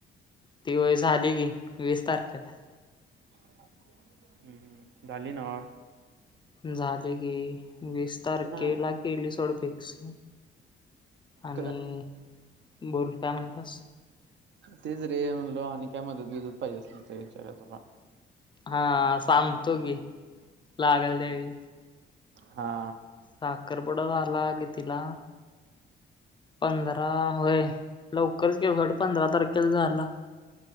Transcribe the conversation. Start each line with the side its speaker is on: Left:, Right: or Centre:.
Left: ती होय झाली की वीस तारखेला हाय.
Right: <inaudible> हम्म झाली ना मग?
Left: झाली की वीस तारखेला
Right: नाही
Left: केला सोड फिक्स. आणि
Right: क
Left: बोल काय म्हणलास?
Right: तेच रे म्हणलो आणि काय मदत बीदत पाहिजे असली तर विचारुया तुला.
Left: हा सांगतो की लागल त्यावेळी.
Right: हा.
Left: साखरपुुडा झाला कितीला? पंधरा होय लवकरच घे <unintelligible> पंधरा तारखेला झाला.